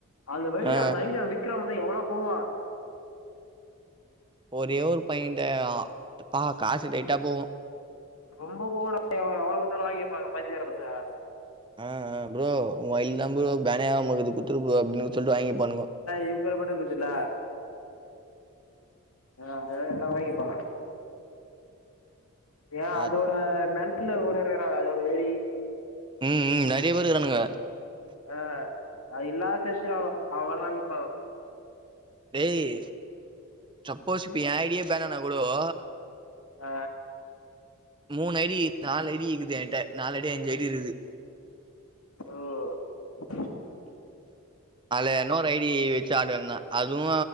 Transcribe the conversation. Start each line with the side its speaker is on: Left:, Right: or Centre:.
Left: அந்த வைடு
Right: ஆ
Left: அந்த ஐடிய அவ விக்கிராம தா எவ்ளோ போவு
Right: ஒரே ஒரு பையிண்டு ஆ பா காசு டைட்டா போவு
Left: ரொம்ப போவேணா ப்ரோ அவ்வளோவுக்கு தருவாய்ங்க ப பைத்தியக்கார பசங்க
Right: ஆஹ் ஆஹ் ப்ரோ உ ஐடில ப்ரோ பேனே ஆவாமக்குது குடுத்துரு போ அப்டினு சொல்லிட்டு வாங்கி பாணுங்கோ
Left: இவுங்களு பட்டது இதுல ஆஹ் எ எல்லா வாங்கி பா ஏ
Right: அ
Left: அதோட நல்ட்ல ஓரோரு வேரா அதோட வெறி
Right: ம் ம் நெறைய பேருக்கானுங்க
Left: அஹ் அது இல்லா சேத்துனாவு அவ அவளோ வாங்கிப்பாவு
Right: டேய் சப்போஸ் இப்ப என் ஐடியே பேன் ஆனா கூடவோ
Left: அ
Right: மூணு ஐடி நாலு ஐடி இக்குது என்ட்ட நாலு ஐடி அஞ்சு ஐடி இருக்குது
Left: ஓ
Right: அதில இன்னொரு ஐடி வச்சு ஆடுவே நா அதுவு